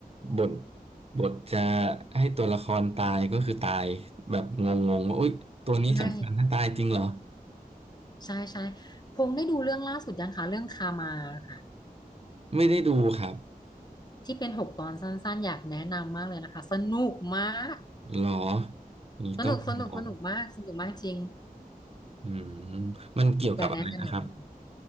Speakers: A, on the right; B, on the left.
A: บทบทจะให้ตัวละครตายก็คือตายแบบงงๆว่าโอ๊ยตัวนี้สำคัญถ้าตายจริงเหรอ
B: ใช่ใช่ใช่พงษ์ได้ดูเรื่องล่าสุดยังคะเรื่องคามาค่ะ
A: ไม่ได้ดูครับ
B: ที่เป็นหกตอนสั้นๆอยากแนะนำมากเลยนะคะสนุกมาก
A: หรอนี่ต้องไปลอง
B: สนุกสนุกสนุกมากสนุกมากจริง
A: อืมมันเกี่ยวกับอะไรนะครับ
B: อยากแนะนำแบบนี้